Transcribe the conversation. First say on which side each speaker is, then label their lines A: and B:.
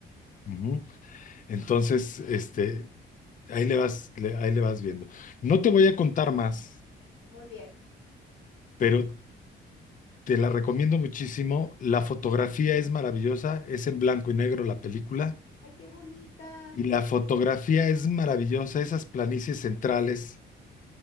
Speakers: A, on the left; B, on the left.
A: Ujú. Entonces, este, ahí le vas, le- ahí le vas viendo. No te voy a contar más,
B: muy bien.
A: pero te la recomiendo muchísimo. La fotografía es maravillosa. Es en blanco y negro la película.
B: Ay, qué bonita.
A: Y la fotografía es maravillosa, esas planicies centrales